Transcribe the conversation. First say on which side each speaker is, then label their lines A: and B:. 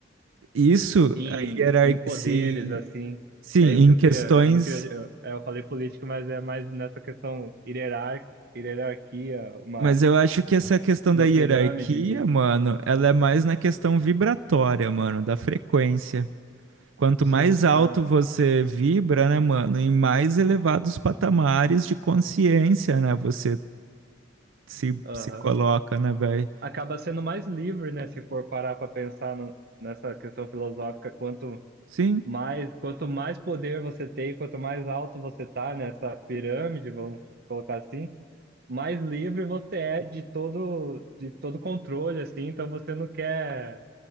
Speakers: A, on the right (about 80°); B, on the right (about 55°).
A: Isso,
B: em,
A: a hierarquia,
B: em poderes,
A: sim,
B: assim.
A: sim,
B: É isso
A: em
B: que eu
A: questões.
B: queria. Eu não queria. Eu, é, eu falei político, mas é mais nessa questão hierar- hierarquia, uma,
A: Mas eu acho que essa questão
B: uma
A: da hierarquia,
B: pirâmide de.
A: mano, ela é mais na questão vibratória, mano, da frequência. Quanto
B: Sim,
A: mais alto
B: não.
A: você vibra, né, mano, em mais elevados patamares de consciência, né, você se,
B: aham.
A: se coloca, né, velho?
B: Acaba sendo mais livre, né? Se for parar para pensar no- nessa questão filosófica, quanto
A: Sim,
B: mais, quanto mais poder você tem, quanto mais alto você tá nessa pirâmide, vamos colocar assim, mais livre você é de todo, de todo controle, assim. Então você não quer